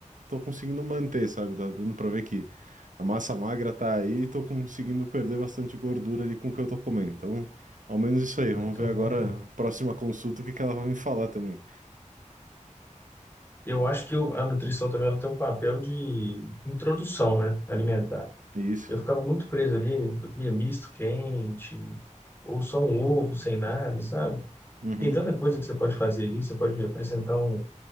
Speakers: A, on the right; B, on the left.
A: tô conseguindo manter, sabe? Tá dando para ver que a massa magra tá aí e tô conseguindo perder bastante gordura ali com o que eu tô comendo. Então, ao menos isso aí. Vamos
B: Então,
A: ver agora
B: bom.
A: a próxima consulta o que que ela vai me falar também.
B: Eu acho que o- a nutrição também ela tem um papel de introdução, né, alimentar.
A: Isso.
B: Eu ficava muito preso ali, eu comia misto quente, ou só um ovo sem nada, sabe?
A: Uhum.
B: Tem tanta coisa que você pode fazer ali, você pode apresentar um,